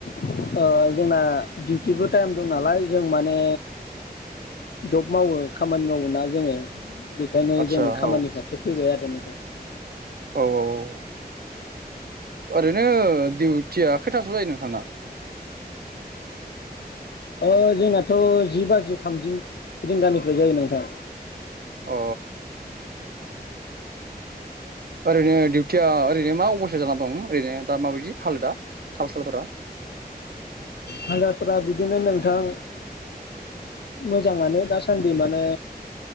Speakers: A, on the left (about 85°); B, on the right (about 70°).
A: ओ जोंना डिउटिबो टाइम दं नालाय जों माने जब मावो खामानि मावो ना जोङो बेखायनो
B: आदसा
A: जों खामानि
B: औ
A: फारसे फैबाय आरोनो <inaudible>
B: औ औ औ ओरैनो डिउटिया खैथासोआव जायो नोंथांना?
A: ओ जोंनाथ' जि बाजि थामजि रिंगानिफ्राय जायो नोंथां
B: अ ओरैनो डिउटिया ओरैनो मा अबस्थायाव जाना दं ओरैनो दा माबायदि हालोदा हाल सालफोरा
A: हालोदफोरा‌ बिदिनो नोंथां मोजाङानो दासान्दि माने